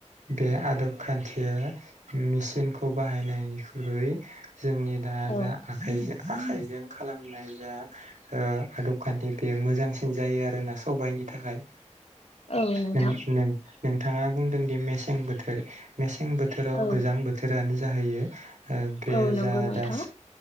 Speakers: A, on the right; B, on the left.
A: बे आदब खान्थिया मिसिनखौ बाहायनायनिख्रुय जोंनि दा
B: औ
A: जा आखाइजों आखाइजों खालामनाय जा ओ आदबखान्थि बेयो मोजांसिन जायो आरोना सबायनि थाखाय
B: औ नोंथां
A: नों नों नोंथाङा बुंदों दि मेसें बोथोर मेसें बोथोराव
B: औ
A: गोजां बोथोरानो जाहैयो ओ बे
B: औ नंगौ
A: जा
B: नोंथां
A: दा